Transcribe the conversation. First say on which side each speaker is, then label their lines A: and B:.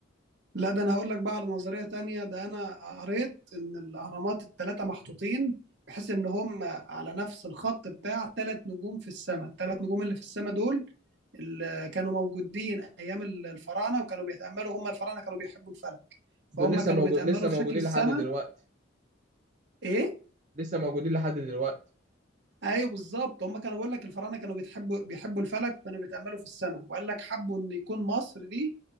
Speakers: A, on the right (about 60°); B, on the right (about 40°).
A: لا ده انا هقول لك بقى على نظريه تانية ده انا قريت ان الاهرامات الثلاثه محطوطين بحيث ان هم على نفس الخط بتاع ثلاث نجوم في السماء الثلاث نجوم اللي في السماء دول اللي كانوا موجودين ايام الفراعنه وكانوا بيتاملوا هم الفراعنه كانوا بيحبوا الفلك
B: دول
A: فهم
B: لسه
A: كانوا
B: موجود
A: بيتاملوا
B: لسه موجودين
A: في شكل السماء
B: لحد دلوقتي
A: ايه
B: لسه موجودين لحد دلوقتي
A: ايوه بالظبط هم كانوا بيقول لك الفراعنه كانوا بيحبوا بيحبوا الفلك وكانوا بيتاملوا في السماء وقال لك حبوا ان يكون مصر دي